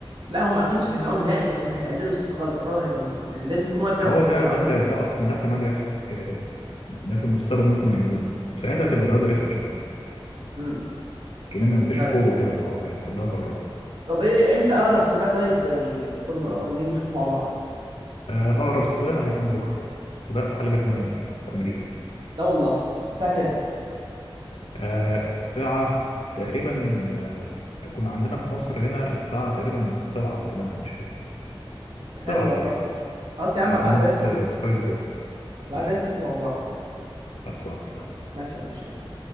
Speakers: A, on the right; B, on the left.
A: لا هم اكيد مش هيمنعوه نهائي لكن هيقللوا الصوت خالص يعتبر هيبقى م- يعني لازم تكون واقف جنبه
B: ما
A: عشان
B: هو
A: تسمعه
B: ده ده اللي ده أصلا ده احتمال يحصل كده كده ده في المستقبل ممكن يعملوه وساعتها هتبقى الرياضة رخمة شوية
A: امم
B: كمان ما فيش
A: طيب
B: قوة كده في العربية كلها كهرباء
A: طب ايه امتى اقرب سباق طيب الفورمولا 1 نيجي نشوفه مع بعض
B: آه، أقرب سباق هيكون بكرة سباق حلبة ميامي في أمريكا
A: لا والله الساعه كام
B: آه، الساعة تقريبا آه، هيكون عندنا في مصر هنا الساعة تقريبا سبعة أو تمانية مش فاكر
A: ده
B: سبعة
A: حلو والله
B: تقريبا
A: خلاص يا عم
B: على
A: ابعد
B: قناة
A: عليك نشوف
B: آه، سكاي سبورت
A: ابعد
B: تمام
A: عليك نشوف مع بعض
B: خلصانه تمام
A: ماشي يا عم ماشي